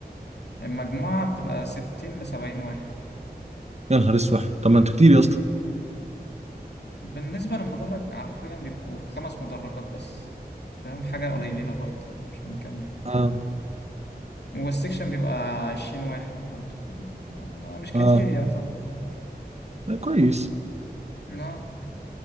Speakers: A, on the left; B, on the right.
A: المجموعة بتبقى ستين لسبعين واحد
B: يا نهار اسود طب ما انتوا كتير يا اسطى
A: بالنسبة للمدرج حرفيا بيبقوا خمس مدرجات بس فاهم حاجة قليلة برضه يعني مش بنكمل
B: اه
A: والسكشن بيبقى عشرين واحد برضه فاهم والله مش كتير
B: اه
A: يا طب
B: ده كويس
A: اه